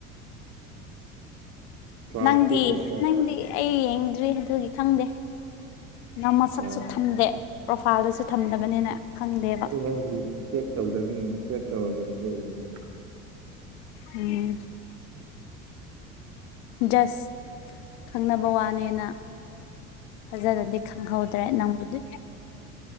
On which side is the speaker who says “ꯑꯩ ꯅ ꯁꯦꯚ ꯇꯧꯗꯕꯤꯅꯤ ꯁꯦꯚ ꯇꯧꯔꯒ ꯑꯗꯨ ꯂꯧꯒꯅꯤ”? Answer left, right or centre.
Right